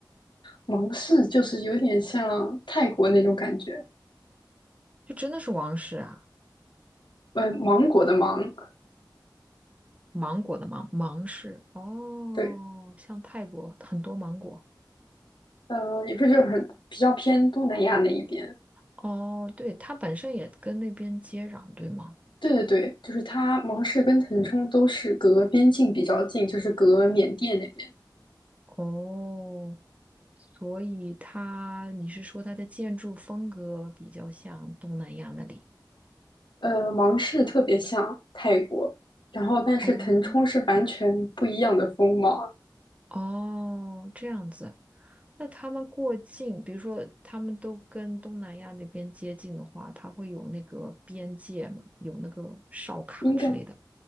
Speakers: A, on the left (about 80°); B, on the right (about 15°).
A: 芒市就是有点像泰国那种感觉，
B: 就真的是王氏啊？
A: 呃，芒果的芒，
B: 芒果的芒，芒市。哦，
A: 对，
B: 像泰国很多芒果。
A: 呃，也不是很比较偏东南亚那一边，
B: 哦，对，它本身也跟那边接壤，对吗？
A: 对对对，就是它，芒市跟腾冲都是隔边境比较近，就是隔缅甸那边。
B: 哦，所以它，你是说它的建筑风格比较像东南亚那里？
A: 呃，芒市特别像泰国，然后但是腾冲是完全不一样的风貌，
B: 哦，哦，这样子。那他们过境，比如说他们都跟东南亚那边接近的话，它会有那个边界嘛，有那个哨卡之类的。
A: 应该